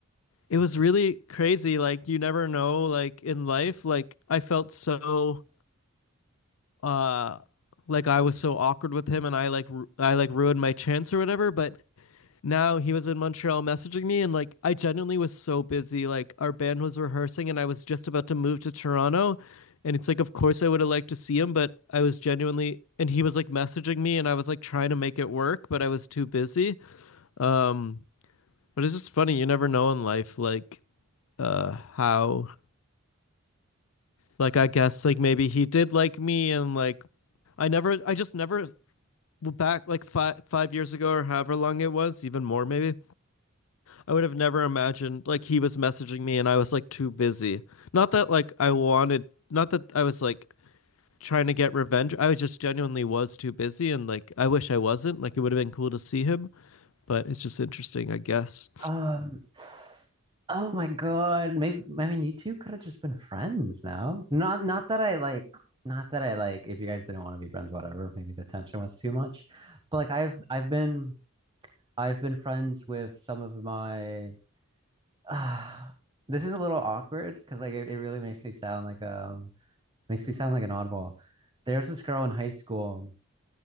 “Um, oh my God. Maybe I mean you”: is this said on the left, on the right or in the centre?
Right